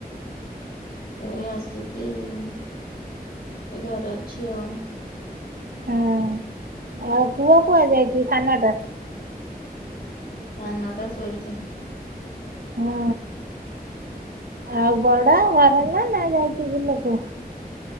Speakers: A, on the left (about 70°); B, on the right (about 65°).
A: ଏଇ ଆସିକି, ଏ ଇଘରେ ଅଛି ଆଉ।
B: ହୁଁ, ଆଉ ପୁଅ କୁହା ଯାଇଛି ସାନ ଟା?
A: ସାନ ଟା ଶୋଇଛି।
B: ହୁଁ, ଆଉ ବଡ ଘରେ ନା ଯାଇଚି ବିଲ କୁ?